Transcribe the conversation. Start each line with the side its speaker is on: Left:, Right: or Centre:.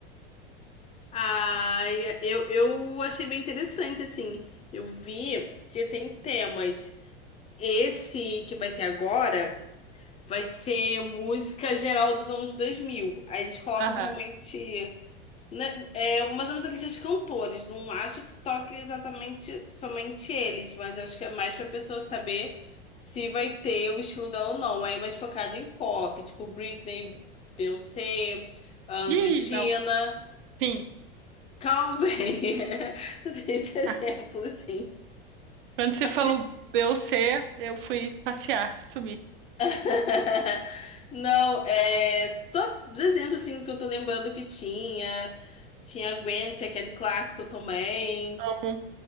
Left: Ai, eu, eu achei bem interessante, assim. Eu vi que tem temas. Esse que vai ter agora vai ser música geral dos anos 2000. Aí eles colocam
Right: Aham.
Left: normalmente né, é, mais ou menos a lista de cantores. Não acho que toque exatamente somente eles, mas eu acho que é mais pra pessoa saber se vai ter o estilo dela ou não. Aí mais focado em pop, tipo Britney, Beyoncé, ahn,
Right: Ih,
Left: Christina.
Right: não. Sim.
Left: Calma aí. <laughs> não Tem exemplos.
Right: Ah, Quando
Left: Mas
Right: você falou Beyoncé, eu fui passear, sumi.
Left: <laughs> Não, é só dizendo assim do que eu tô lembrando que tinha. Tinha a Gwen, tinha Kelly Clarkson também.
Right: Amo.